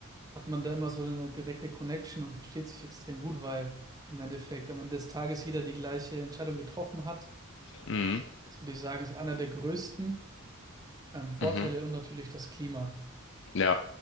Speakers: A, on the right; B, on the left.
A: hat man da immer so eine direkte Connection und versteht sich extrem gut, weil im Endeffekt am Ende des Tages jeder die gleiche Entscheidung getroffen hat.
B: Mhm,
A: Das würde ich sagen, ist einer der größten ähm, Vorteile
B: mhm.
A: und natürlich das Klima.
B: Ja,